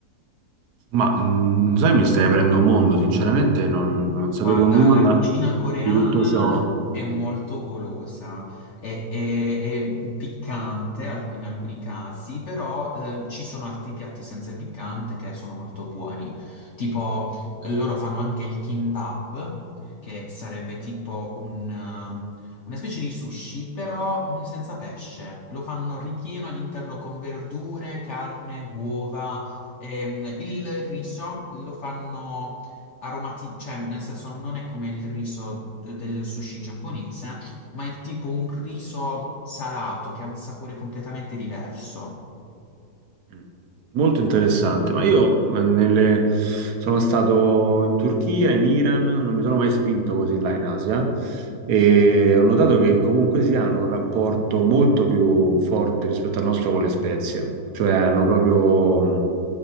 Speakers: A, on the right (about 75°); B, on the left (about 65°).
A: Ma, mm, sai, mi stai aprendo un mondo, sinceramente non, non sapevo
B: Guarda,
A: nulla
B: la cucina coreana
A: di tutto ciò.
B: è molto golosa, è, è- è piccante alc- in alcuni casi, però eh, ci sono altri piatti senza il piccante che sono molto buoni. Tipo, loro fanno anche il kimbap, che sarebbe tipo un, ehm, una specie di sushi, però mm, senza pesce. Lo fanno ripieno all'interno con verdure, carne, uova. ehm, il riso lo fanno aromati, cioè nel senso non è come il riso d- del sushi giapponese, ma è tipo un riso salato che ha un sapore completamente diverso.
A: Mm. Molto interessante, ma io eh, nelle- sono stato in Turchia, in Iran, non mi sono mai spinto così là in Asia e ho notato che comunque si hanno un rapporto molto più forte rispetto al nostro con le spezie, cioè hanno proprio mh,